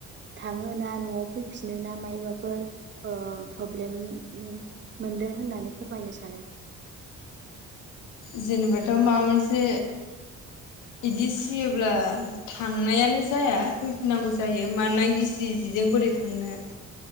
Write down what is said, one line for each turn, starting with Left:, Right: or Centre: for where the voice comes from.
Right: थाङो ना न'आव फैफिनो ना मायबाफोर ओ फ्रब्लेम उम मोनदों होननानै फोरमायनो सानो?
Left: जेनेबाथ' माबा मोनसे इदि सियोब्ला थांनायानो जाया फैफिनांगौ जायो मानोना गिसि जिजों बोरै थांनो।